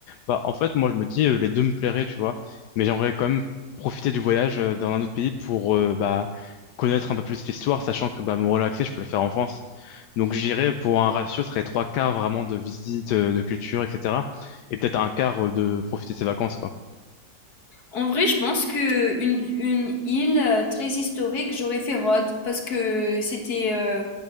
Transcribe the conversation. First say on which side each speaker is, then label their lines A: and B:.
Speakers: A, on the left; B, on the left.
A: Bah, en fait, moi, je me dis, euh, les deux me plairaient, tu vois. Mais j'aimerais quand même profiter du voyage euh, dans un autre pays pour euh, bah, connaître un peu plus l'histoire, sachant que bah, me relaxer, je peux le faire en France. Donc, j'irais pour un ratio, ce serait trois quarts vraiment de visite, euh, de culture, etc. Et peut-être un quart euh, de profiter de ses vacances, quoi.
B: En vrai, je pense que une, une île euh, très historique, j'aurais fait Rhodes parce que c'était euh,